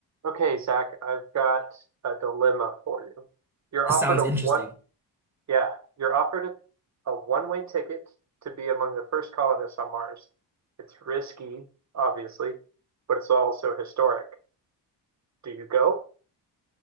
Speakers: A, on the right; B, in the centre.
A: Okay, Zach, I've got a dilemma for you. You're
B: This
A: offered
B: sounds
A: a
B: interesting.
A: one, yeah, you're offered a, a one-way ticket to be among the first colonists on Mars. It's risky, obviously, but it's also historic. Do you go?